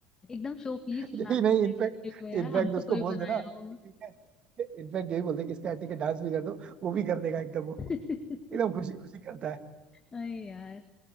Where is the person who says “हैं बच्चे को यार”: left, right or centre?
Left